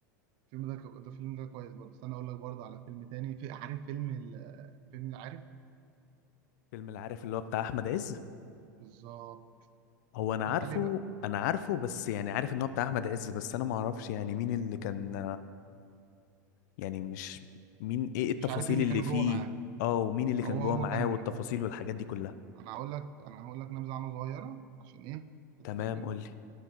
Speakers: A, on the right (about 50°); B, on the left (about 65°).
A: الفيلم ده ك- ده فيلم ده كويس برضه استنى اقول لك برضه على فيلم تاني في عارف فيلم ال... فيلم اللي عارف
B: فيلم العارف اللي هو بتاع احمد عز
A: بالظبط
B: هو
A: انت اتفرجت
B: انا عارفه
A: عليه بقى
B: انا عارفه بس يعني عارف ان هو بتاع احمد عز بس انا ما اعرفش يعني مين اللي كان يعني مش مين ايه التفاصيل
A: مش عارف مين اللي
B: اللي
A: كان
B: فيه
A: جوه معاه
B: اه ومين اللي
A: هو
B: كان جوه
A: هو
B: معاه
A: كان
B: والتفاصيل والحاجات دي كلها
A: انا هقول لك انا هقول لك نبذه عنه صغيره عشان ايه تكمل
B: تمام قول لي